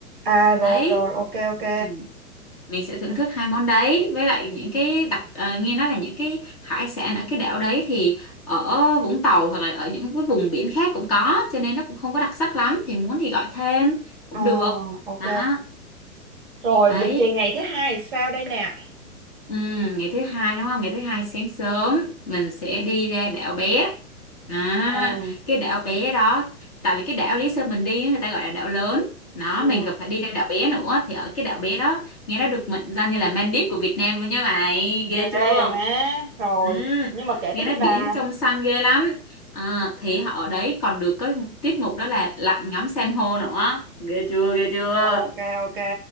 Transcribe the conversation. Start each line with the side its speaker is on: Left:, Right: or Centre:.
Right: à
Left: đấy
Right: rồi rồi ok ok
Left: ừ. mình sẽ thưởng thức hai món đấy với lại những cái đặc ờ, nghe nói là những cái hải sản ở cái đảo đấy thì ở Vũng Tàu hoặc là ở những cái vùng biển khác cũng có cho nên nó cũng không có đặc sắc lắm thì muốn thì gọi thêm cũng
Right: ờ
Left: được
Right: ok
Left: đó
Right: rồi
Left: đấy
Right: lịch trình ngày thứ hai thì sao đây nè
Left: Ừ, ngày thứ hai đúng không? Ngày thứ hai sáng sớm mình sẽ đi ra đảo bé. À,
Right: ừ
Left: cái đảo bé đó, tại vì cái đảo Lý Sơn mình đi á, người ta gọi là đảo lớn. Nó
Right: ừ
Left: mình còn phải đi ra đảo bé nữa thì ở cái đảo bé đó nghe nó được mệnh danh như là Maldives của Việt Nam luôn nha mày. Ghê
Right: ghê
Left: chưa?
Right: má rồi
Left: Ừ,
Right: nhưng mà kể
Left: nghe
Right: tiếp
Left: nói
Right: đi bà
Left: biển trong xanh ghê lắm. À, thì họ ở đấy còn được có tiết mục đó là lặn ngắm san hô nữa. Ghê chưa? Ghê chưa?
Right: ok ok